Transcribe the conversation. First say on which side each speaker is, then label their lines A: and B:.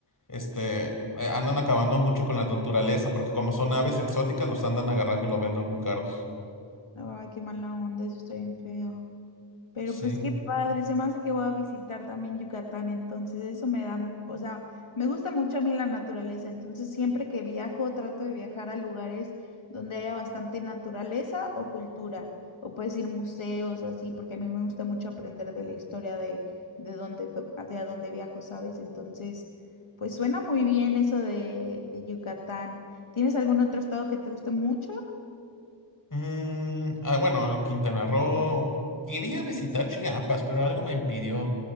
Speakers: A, on the left (about 40°); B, on the left (about 85°).
A: este, eh, andan acabando mucho con la naturaleza, porque como son aves exóticas, los andan agarrando y los venden muy caros.
B: Ay, qué mala onda, eso está bien feo. Pero
A: Sí.
B: pues qué padre, se me hace que voy a visitar también Yucatán, entonces eso me da, o sea, me gusta mucho a mí la naturaleza, entonces siempre que viajo trato de viajar a lugares donde haya bastante naturaleza o cultura, o puedes ir museos o así, porque a mí me gusta mucho aprender de la historia de, de donde, de a dónde viajo, ¿sabes? Entonces, pues suena muy bien eso de, de Yucatán. ¿Tienes algún otro estado que te guste mucho?
A: Mm, ah, bueno, Quintana Roo. Quería visitar Chiapas, pero algo me impidió.